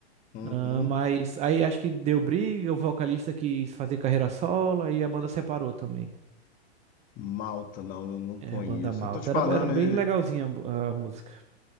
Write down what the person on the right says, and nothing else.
ah, mas aí acho que deu briga, o vocalista quis fazer carreira solo, aí a banda separou também.
É,
Banda Malta.
Era,
era bem
legalzinha a, mu- a música.